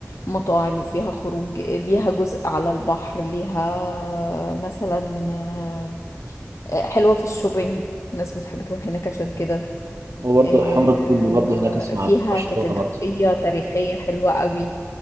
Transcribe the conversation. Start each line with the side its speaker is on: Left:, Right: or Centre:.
Left: مطاعم وفيها خروج ليها جزء على البحر ليها مثلا آه، حلوة في الشوبينج الناس بتحب تروح هناك عشان كده
Right: وبرضه
Left: آه،
Right: حوار الطب برضه هناك اسمع
Left: فيها
Right: في برشلونه
Left: كاتدرائية
Right: برضه
Left: تاريخية حلوة قوي